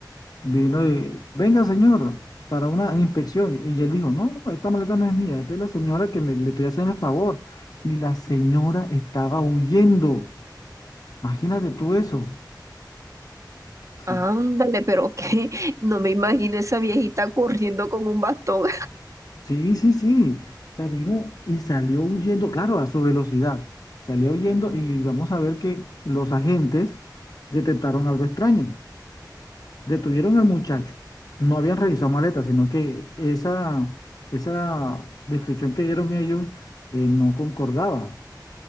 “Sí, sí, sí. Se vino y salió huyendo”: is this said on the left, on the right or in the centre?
Left